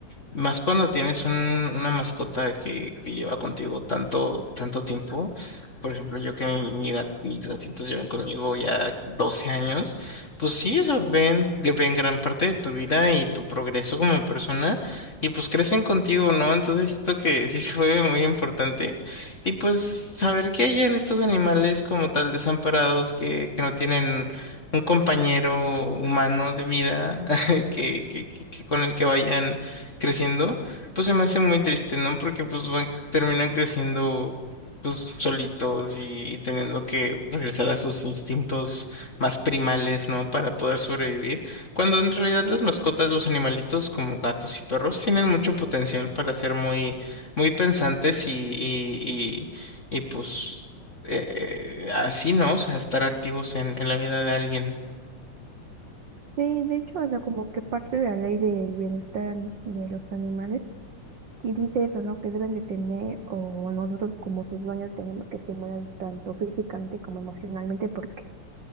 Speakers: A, on the left; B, on the right.
A: más cuando tienes un- una mascota que, que lleva contigo tanto, tanto tiempo. Por ejemplo, yo que mi, mi gat- mis gatitos llevan conmigo ya 12 años, pues sí, o sea, ven, que ven gran parte de tu vida y tu progreso como persona y pues crecen contigo, ¿no? Entonces siento que sí se vuelve muy importante. Y pues saber que hay en estos animales como tal desamparados que, que no tienen un compañero humano de vida <laughs> que, que, que que con el que vayan creciendo, pues se me hace muy triste, ¿no? Porque pues van, terminan creciendo pues solitos y, y teniendo que regresar a sus instintos más primales, ¿no? Para poder sobrevivir. Cuando en realidad las mascotas, los animalitos como gatos y perros tienen mucho potencial para ser muy, muy pensantes y, y, y, y, pues eh, así, ¿no? O sea, estar activos en, en la vida de alguien.
B: Sí, de hecho, o sea, como que parte de la ley del bienestar ani- de los animales, y dice eso, ¿no? Que deben de tener, o nosotros como sus dueños tenemos que estimular tanto físicamente como emocionalmente, porque